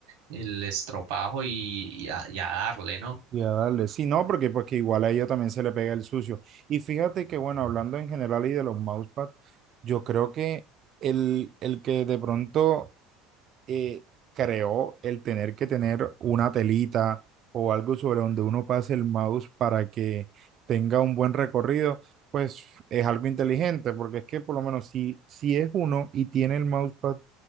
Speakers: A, on the right; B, on the right.
A: el estropajo y, y a y a darle, ¿no?
B: Ya, dale. Sí, no, porque, pues que igual a ella también se le pega el sucio. Y fíjate que, bueno, hablando en general y de los mousepads, yo creo que el, el que de pronto eh, creó el tener que tener una telita o algo sobre donde uno pase el mouse para que tenga un buen recorrido, pues es algo inteligente, porque es que por lo menos si, si es uno y tiene el mousepad,